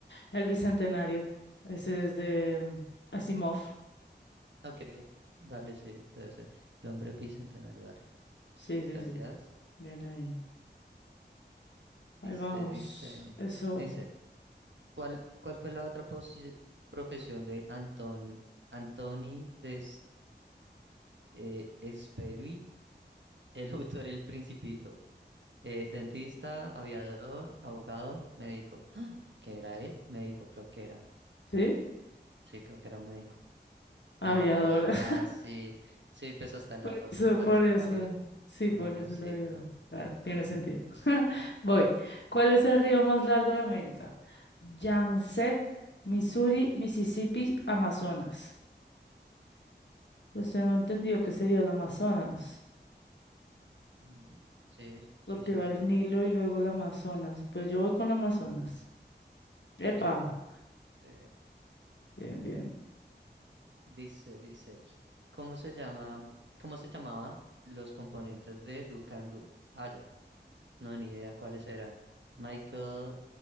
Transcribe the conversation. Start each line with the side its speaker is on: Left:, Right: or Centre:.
Left: El Bicentenario, ese es de mm, Asimov.
Right: Ok, dale, sí, debe ser. El hombre bicentenario, dale.
Left: Sí, sí,
Right: Gracias.
Left: sí, bien ahí. Ahí
Right: Dice,
Left: vamos,
Right: dice,
Left: eso,
Right: dice. ¿Cuál, cuál fue la otra posi- profesión de Anton, Antoni de Saint-Exupéry, <laughs> el autor El Principito? Eh, dentista, aviador, abogado, médico. ¡Ah! ¿Qué era él? Médico, creo que era.
Left: ¿sí?
Right: Sí, creo que era un médico.
Left: Aviador.
Right: No, aviador.
Left: <laughs>
Right: Ah, sí. Sí, pues hasta en
Left: Por
Right: las fotos
Left: eso,
Right: aparece
Left: por eso.
Right: un avión,
Left: Sí,
Right: un
Left: por
Right: avioncito.
Left: eso la vida. Ah, tiene sentido. <laughs> Voy. ¿Cuál es el río más largo de América? Yangtze, Missouri, Mississippi, Amazonas. Pues tengo entendido que sería el Amazonas,
Right: Mm, Sí,
Left: porque
Right: sí, cierto.
Left: va el Nilo y luego el Amazonas. Pues yo voy con el Amazonas.
Right: Sí,
Left: Epa,
Right: sí.
Left: bien, bien.
Right: Dice, dice, ¿cómo se llama, cómo se llamaba los componentes de Do Can Do? Ah, ya, no, ni idea cuáles eran. Michael